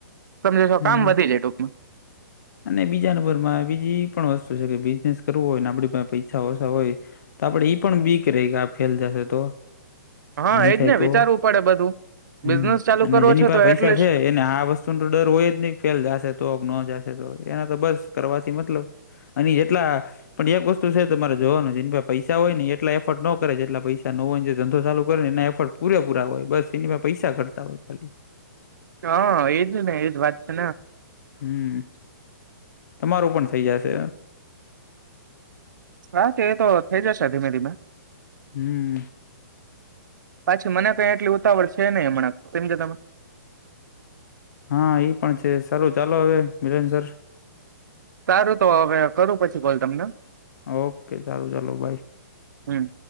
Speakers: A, on the right; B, on the left.
A: તમને તો
B: હમ
A: કામ વધી જાય ટૂંકમાં,
B: અને બીજા નંબરમાં બીજી એ પણ વસ્તુ છે કે બિઝનેસ કરવો હોય ને આપ પૈસા ઓછા હોય, તો આપડે ઈ પણ વીક રહી ફેલ જાહે તો,
A: હા
B: નહી
A: એજ
B: થાય
A: ને
B: તો,
A: વિચારવું પડે બધું
B: હમ
A: બિઝનેસ ચાલુ
B: અને
A: કરવો
B: જેની
A: છે
B: પાસે
A: તો
B: પૈસા
A: એટલીસ્ટ
B: છે એને આ વસ્તુ, ડર હોય જ નહી ફેલ જશે તો, ન જશે તો એના તો બસ કરવાથી મતલબ, અને એટલા, પણ એક વસ્તુ છે તમારે જોવાનું એ પૈસા હોય ને એટલા એફર્ટ નો કરે એટલા પૈસા ન હોયને જે ધંધો ચાલુ કરે ને એ, પૂરે પૂરા હોય બસ એની પાસે પૈસા ઘટતા હોય ખાલી,,,
A: હા એજ ને એજ વાત છે
B: હમ તમારું પણ થઇ જશે.,
A: હા કે એ તો થઈ જશે ધીમે ધીમે,
B: હમમ
A: પાછી મને કઈ આટલી ઉતાવળ છે નહીં હમણાં કેમકે તમે,
B: હા પણ છે સાલું ચાલો હવે મિલન સર,
A: સારું તો હવે કરું પછી કોલ તમને.
B: ઓકે ચાલો ચાલો બાય.
A: હમ્મ